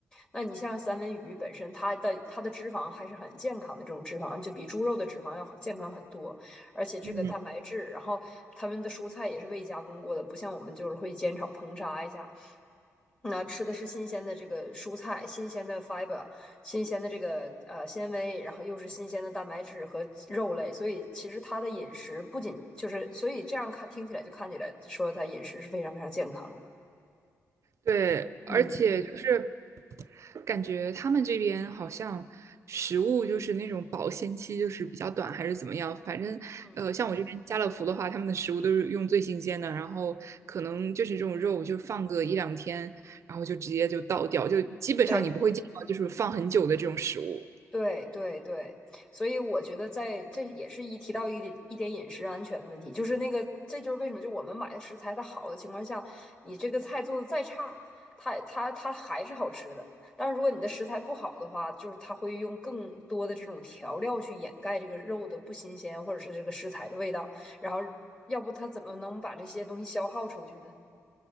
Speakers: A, on the left (about 15°); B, on the right (about 55°).
A: 那你像三文鱼本身，它的它的脂肪还是很健康的，这种脂肪就比猪肉的脂肪要好健康很多，而且这个蛋白质，
B: 嗯，
A: 然后他们的蔬菜也是未加工过的，不像我们就是会煎炒烹炸一下，那吃的是新鲜的这个蔬菜，新鲜的 fiber，新鲜的这个呃纤维，然后又是新鲜的蛋白质和肉类，所以其实他的饮食不仅就是，所以这样看听起来就看起来说他饮食是非常非常健康的。
B: 对，而且就是
A: 嗯，
B: 感觉他们这边好像食物就是那种保鲜期就是比较短，还是怎么样？反正呃，
A: 嗯，
B: 像我这边家乐福的话，他们的食物都是用最新鲜的，然后可能就是这种肉就放个一两天，然后就直接就倒掉，就基本上你不会见到就是放很久的这种食物。
A: 对，对对对，所以我觉得在这也是一提到一点一点饮食安全的问题，就是那个，这就是为什么就我们买的食材它好的情况下，你这个菜做的再差，它它它还是好吃的。但是如果你的食材不好的话，就是它会用更多的这种调料去掩盖这个肉的不新鲜，或者是这个食材的味道，然后要不它怎么能把这些东西消耗出去呢？